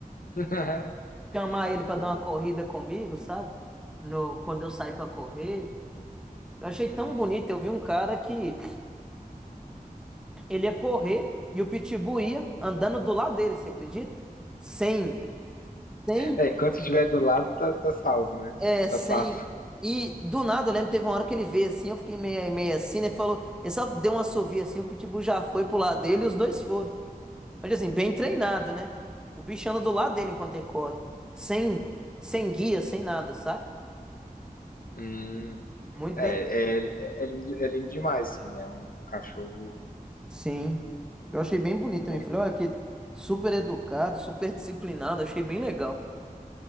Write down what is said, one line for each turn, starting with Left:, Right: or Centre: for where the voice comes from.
Left: <laughs>
Centre: chamar ele pra
Left: Pô.
Centre: dar uma corrida comigo, sabe? No, quando eu saí pra correr. Eu achei
Left: Uhum.
Centre: tão bonito, eu vi um cara que Ele ia correr e o Pitbull ia andando do lado dele, você acredita? Sem, sem,
Left: É, enquanto estiver do lado, tá, tá salvo, né?
Centre: é, sem.
Left: Tá safo.
Centre: E do nada, eu lembro que teve uma hora que ele veio assim, eu fiquei meio, meio assim, né? Falou, ele só deu uma assovio assim, o Pitbull já foi pro lado dele e os dois foram. Mas assim, bem treinado, né? O bicho anda do lado dele enquanto ele corre. Sem, sem guia, sem nada, saca?
Left: Hum.
Centre: Muito
Left: É,
Centre: bem.
Left: é, é, é lindo, é lindo demais, assim. É um cachorro.
Centre: Sim. Eu achei bem bonito também.
Left: Pô,
Centre: Falei, olha que super educado, super disciplinado, achei bem legal.